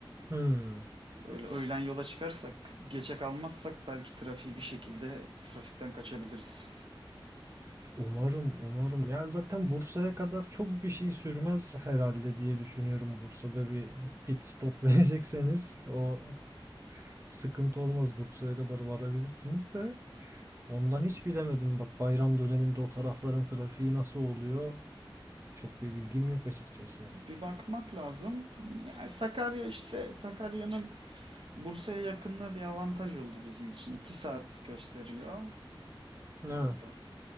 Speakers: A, on the right; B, on the right.
A: Hmm.
B: Öyle öğlen yola çıkarsak, geçe kalmazsak belki trafiği bir şekilde trafikten kaçabiliriz.
A: Umarım, umarım. Ya zaten Bursa'ya kadar çok bir şey sürmez herhalde diye düşünüyorum. Bursa'da bir pit stop <laughs> verecekseniz o sıkıntı olmaz. Bursa'ya kadar varabilirsiniz de. Ondan hiç bilemedim. Bak bayram döneminde o tarafların trafiği nasıl oluyor? Çok bir bilgim yok açıkçası.
B: Bir bakmak lazım. Yani Sakarya işte Sakarya'nın Bursa'ya yakınlığı bir avantaj oldu bizim için. iki saat gösteriyor.
A: Evet,
B: O da